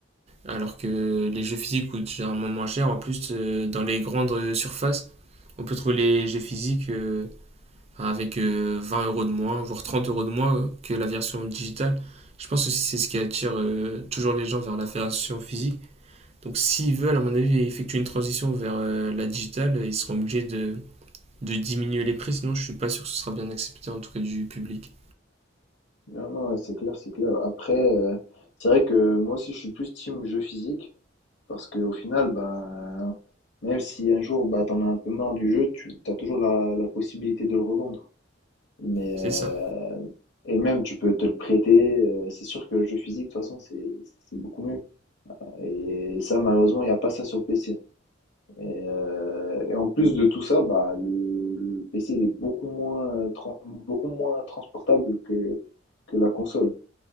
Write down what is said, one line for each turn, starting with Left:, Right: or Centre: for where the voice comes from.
Right: Alors que les jeux physiques coûtent généralement moins cher. En plus, euh, dans les grandes euh, surfaces, on peut trouver les jeux physiques euh, enfin, avec euh, 20 euros de moins, voire 30 euros de moins euh, que la version digitale. Je pense que c'est ce qui attire euh, toujours les gens vers la version physique. Donc s'ils veulent, à mon avis, effectuer une transition vers euh, la digitale, ils seront obligés de, de diminuer les prix, sinon je suis pas sûr que ce sera bien accepté, en tout cas du public.
Left: Non, non, ouais, c'est clair, c'est clair. Après, euh, c'est vrai que moi aussi, je suis plus team jeu physique parce qu'au final, ben, même si un jour, bah, t'en as un peu marre du jeu, tu as toujours la, la possibilité de le revendre. Mais
Right: C'est
Left: euh,
Right: ça.
Left: et même tu peux te le prêter. euh, c'est sûr que le jeu physique, de toute façon, c'est c'est beaucoup mieux. Et ça, malheureusement, il n'y a pas ça sur le PC. Et, euh, et en plus de tout ça, bah le, le PC il est beaucoup moins tran- beaucoup moins transportable que que la console.